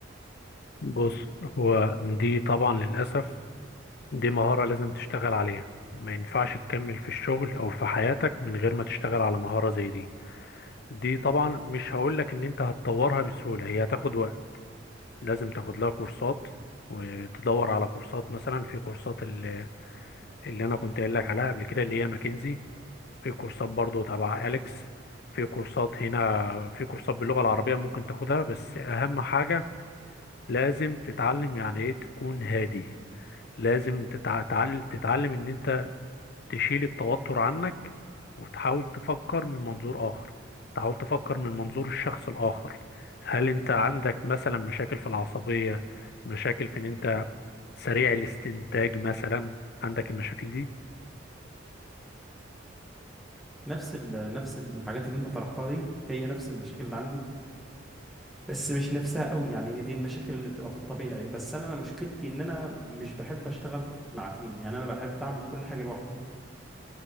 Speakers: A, on the left; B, in the centre.
A: بص هو دي طبعا للأسف دي مهارة لازم تشتغل عليها ما ينفعش تكمل في الشغل أو في حياتك من غير ما تشتغل على مهارة زي دي دي طبعا مش هقولك إن أنت هتطورها بسهولة هي هتاخد وقت لازم تاخد لها كورسات وتدور على كورسات مثلا في كورسات اللي, اللي أنا كنت قايل لك عليها قبل كده اللي هي ماكنزي في كورسات برضو تبع أليكس في كورسات هنا في كورسات باللغة العربية ممكن تاخدها بس أهم حاجة لازم تتعلم يعني إيه تكون هادي لازم تتع- تتعلم تتعلم ان انت تشيل التوتر عنك وتحاول تفكر من منظور اخر تحاول تفكر من منظور الشخص الاخر هل انت عندك مثلا مشاكل في العصبية مشاكل في ان انت سريع الاستنتاج مثلا عندك المشاكل دي
B: نفس ال... نفس الحاجات اللي انت طرحتها دي هي نفس المشاكل اللي عندي بس مش نفسها قوي يعني هي دي المشاكل اللي بتبقى في الطبيعي بس انا مشكلتي ان انا مش بحب اشتغل مع تيم يعني انا بحب اعمل كل حاجه لوحدي